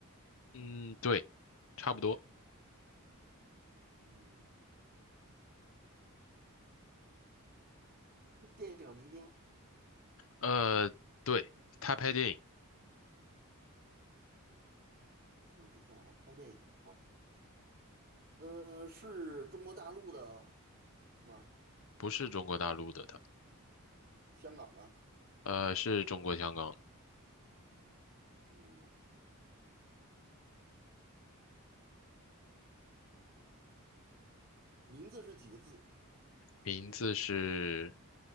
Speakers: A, on the left (about 65°); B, on the right (about 45°).
A: 嗯，对，差不多。
B: 嗯，是电影明星，
A: 呃，对，他拍电影，
B: 四十以上还拍电影呢。嗯，是中国大陆的吗？
A: 不是中国大陆的他，
B: 香港的？
A: 呃，是中国香港的，
B: 嗯，名字是几个字？
A: 名字是